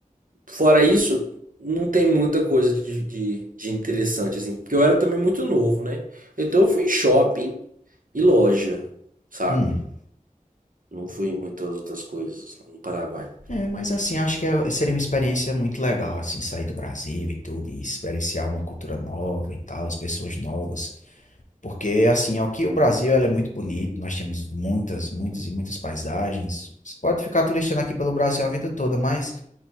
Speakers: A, on the right; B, on the left.
A: Fora isso, não tem muita coisa de, de, de interessante, assim. Porque eu era também muito novo, né? Então eu fui em shopping e loja, sabe?
B: hum.
A: Não fui em muitas outras coisas no Paraguai.
B: É, mas assim, acho que é- seria uma experiência muito legal, assim, sair do Brasil e tudo, e experienciar uma cultura nova e tal, as pessoas novas. Porque, assim, aqui o Brasil, ela é muito bonito, nós temos muitas, muitas e muitas paisagens. Você pode ficar turistando aqui pelo Brasil a vida toda, mas